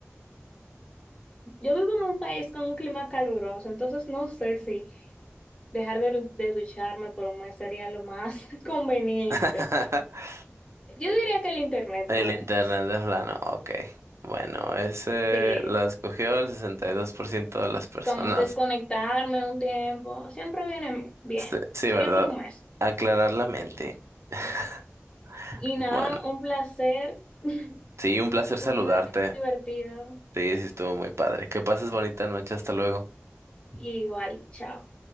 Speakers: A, on the left (about 20°); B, on the right (about 75°).
A: yo vivo en un país con un clima caluroso, entonces no sé si Dejar de, lu- de ducharme por un mes sería lo más <laughs> conveniente.
B: <laughs>
A: Yo diría que el internet
B: El
A: por
B: internet
A: un mes.
B: de plano, ok. Bueno, ese
A: Sí,
B: la escogió el 62% de las personas.
A: como desconectarme un tiempo, siempre viene bien.
B: Sí, sí,
A: Sería
B: ¿verdad?
A: por un mes.
B: Aclarar la mente. <laughs>
A: Y
B: Bueno,
A: nada, un placer. <laughs>
B: sí, un placer saludarte.
A: Fue muy divertido.
B: Sí, sí, estuvo muy padre. Que pases bonita noche, hasta luego.
A: Y igual, chao.